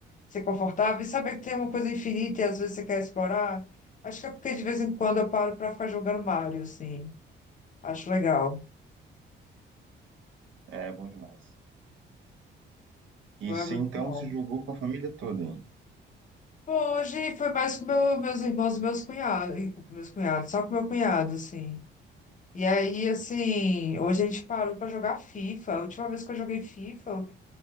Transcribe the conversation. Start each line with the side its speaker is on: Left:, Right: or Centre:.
Left: ser confortável e saber que tem uma coisa infinita e às vezes você quer explorar. Acho que é porque de vez em quando eu paro pra ficar jogando Mario, assim. Acho legal.
Right: É bom demais. E
Left: Foi
Right: se
Left: muito
Right: então
Left: bom.
Right: se jogou com a família toda, hein?
Left: Bom, hoje foi mais com meu- meus irmãos e meus cunhados, e com meus cunhados, só com meu cunhado, assim. E aí, assim, hoje a gente parou pra jogar FIFA. A última vez que eu joguei FIFA